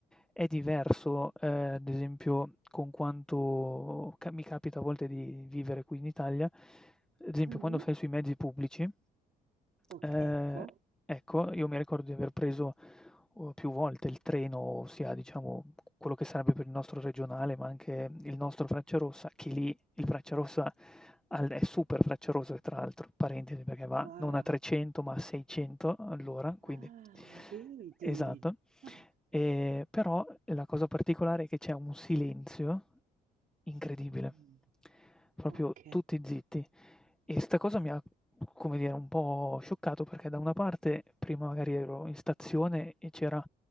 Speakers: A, in the centre; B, on the right.
A: è diverso, ehm, ad esempio con quanto ca mi capita a volte di vivere qui in Italia, ad esempio
B: Mhm.
A: quando sei sui mezzi pubblici,
B: Ok,
A: ehm,
B: ecco,
A: ecco, io mi ricordo di aver preso, uhm, più volte il treno, sia diciamo quello che sarebbe per il nostro regionale, ma anche il nostro Frecciarossa, che lì il Freccia Rossa al- è super Freccia Rossa, tra l'altro, parentesi, perché va
B: wow,
A: non a 300 ma a 600 all'ora, quindi
B: ah, vedi,
A: esatto.
B: Ah,
A: Ehm, però la cosa particolare è che c'è un silenzio incredibile,
B: mm.
A: proprio
B: Ok,
A: tutti zitti. E sta cosa mi ha, come dire, un po' scioccato perché da una parte prima magari ero in stazione e c'era